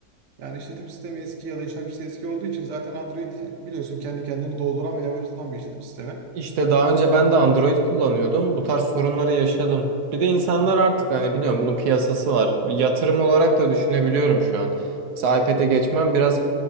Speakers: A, on the right; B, on the right.
A: Yani işletim sistemi eski ya da işlemcisi eski olduğu için zaten Android biliyorsun kendi kendini dolduran ve yavaşlatan bir işletim sistemi.
B: İşte daha önce ben de Android kullanıyordum. Bu tarz sorunları yaşadım. Bir de insanlar artık hani biliyorum bunun piyasası var. Bir yatırım olarak da düşünebiliyorum şu an. Mesela iPad'e geçmem biraz